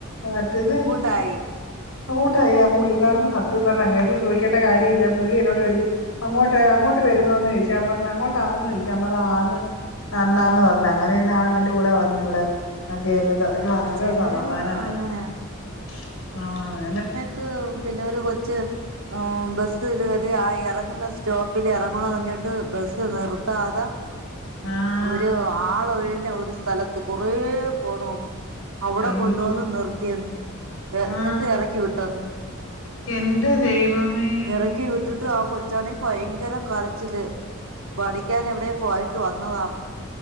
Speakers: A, on the left; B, on the right.
A: മറ്റത്
B: തായി
A: ആ കൂട്ടായി ആ പുള്ളിക്കാരന് സത്യം പറഞ്ഞ അങ്ങനൊന്നും ചോയിക്കേണ്ട കാര്യവില്ല പുള്ളി എന്നോട് ചോയിച്ച് അങ്ങോട്ട് അങ്ങോട്ട് വരുന്നന്ന് ചോയ്ച്ചു ഞാൻ പറഞ്ഞ് അങ്ങോട്ടാന്ന് ചോയ്ച്ചു ഞാൻ പറഞ്ഞ് ആന്ന് അണ്ണാന്ന് പറഞ്ഞ് അങ്ങനെ പിന്നെ ആ അണ്ണന്റെ കൂടെ വന്നിവിടെ ആ കേറി ത അന്നേരു
B: ചിലര്
A: സമാധാന
B: അങ്ങനെ
A: യെആ നെ
B: ന്ത്പിന്നെ ഒരു കൊച്ച് ആബസ്സ്കേറി ആ ഇറങ്ന്ന സ്റ്റോപ്പില് ഇറങ്ങണൊന്നറിഞ്ഞിട്ട് ബസ്സ് നിർത്താതെ
A: ആഹ്
B: ഒരു ആള് ഒഴിഞ്ഞ ഒരു സ്ഥലത്ത് കൊറേ പോണെന്ന് അവിടെ
A: അയ്യോ
B: കൊണ്ടുവന്ന് നിർത്തിയ ന്ന് എന്നിട്ട്
A: ആ
B: ഇറക്കി വിട്ടന്ന്
A: എന്റെ ദൈവമേ
B: റക്കി വിട്ടു ആ കൊച്ചാണങ്കി ഭയങ്കര കരച്ചില് പഠിക്കാനെ എവിടെ പോയട്ട് വന്നതാണ്